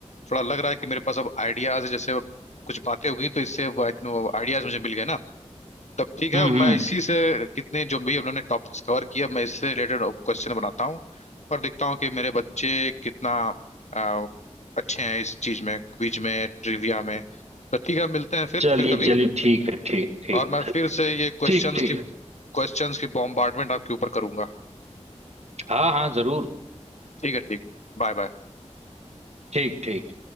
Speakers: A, on the left; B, on the right.
A: थोड़ा लग रहा है कि मेरे पास अब आइडियाज है जैसे अब कुछ बातें हो गई तो इससे आइडियाज मुझे मिल गए ना तब ठीक है
B: हम्म
A: मैं
B: हम्म
A: इसी से कितने जो भी उन्होंने टॉपिक्स कवर किया मैं इससे रिलेटेड क्वेश्चन बनाता हूँ और देखता हूँ कि मेरे बच्चे कितना अ, अच्छे हैं इस चीज में क्विज में ट्रिविया में तो ठीक है मिलते हैं फिर
B: चलिए
A: फिर कभी
B: चलिए ठीक है ठीक ठीक
A: और मैं
B: है
A: फिर से ये क्वेश्चंस
B: ठीक ठीक
A: की क्वेश्चंस की बॉम्बार्डमेंट आपके ऊपर करूंगा
B: हाँ हाँ जरूर
A: ठीक है ठीक Bye bye
B: ठीक ठीक